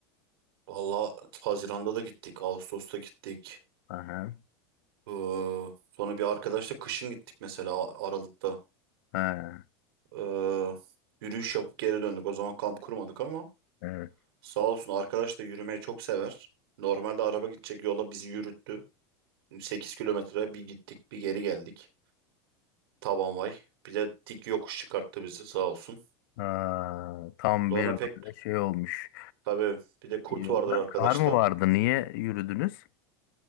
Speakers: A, on the right (about 65°); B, on the left (about 50°).
A: Valla Haziran'da da gittik. Ağustos'ta gittik.
B: Aha.
A: Ee, sonra bir arkadaşla kışın gittik mesela A- Aralık'ta.
B: Ha,
A: Ee, yürüyüş yapıp geri döndük. O zaman kamp kurmadık ama
B: evet.
A: sağ olsun arkadaş da yürümeyi çok sever. Normalde araba gidecek yola bizi yürüttü. 8 kilometre bir gittik bir geri geldik. Taban vay. Bir de dik yokuş çıkarttı bizi sağ olsun.
B: Ha, tam
A: Sonra
B: bir böyle
A: pek
B: şey olmuş.
A: Tabii bir de kurt
B: Yolda
A: vardır arkadaşta.
B: kar mı vardı? Niye yürüdünüz?